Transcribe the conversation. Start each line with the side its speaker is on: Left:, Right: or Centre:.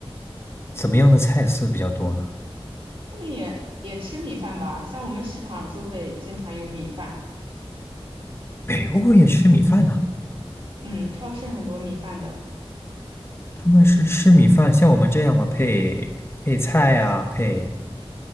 Left: 怎么样的菜色比较多呢？
Right: 他们也也吃米饭吧，像我们食堂就会经常有米饭，
Left: 北欧人也吃米饭呢、
Right: 嗯，超市很多米饭的，
Left: 他们是吃米饭，像我们这样吗？配配菜啊，配